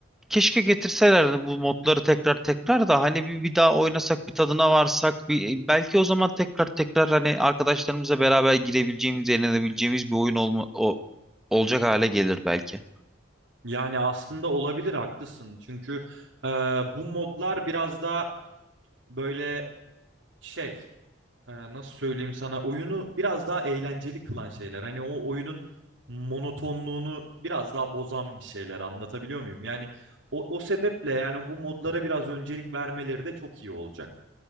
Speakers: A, in the centre; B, on the right (about 75°).
A: keşke getirselerdi bu modları tekrar tekrar da hani bir, bir daha oynasak, bir tadına varsak, bir, e, belki o zaman tekrar tekrar hani arkadaşlarımızla beraber girebileceğimiz, eğlenebileceğimiz bir oyun olma, o- olacak hale gelir belki.
B: Yani aslında olabilir haklısın. Çünkü e, bu modlar biraz daha böyle şey e, nasıl söyleyeyim sana oyunu biraz daha eğlenceli kılan şeyler. Hani o oyunun monotonluğunu biraz daha bozan bir şeyler anlatabiliyor muyum? Yani o, o sebeple yani bu modlara biraz öncelik vermeleri de çok iyi olacak.